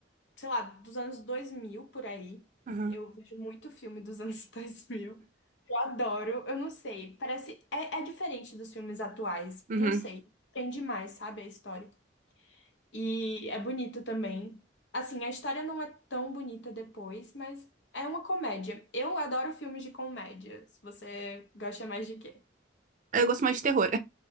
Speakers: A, on the left; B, on the right.
A: sei lá, dos anos 2000 por aí.
B: Aham,
A: Eu vejo muito filme dos anos <laughs> dois mil Eu adoro, eu não sei, parece, é, é diferente dos filmes atuais,
B: uhum.
A: não sei, prende mais, sabe, a história. E é bonito também. Assim, a história não é tão bonita depois, mas é uma comédia. Eu adoro filmes de comédia. Se Você gosta mais de quê?
B: Aí Eu gosto mais de terror.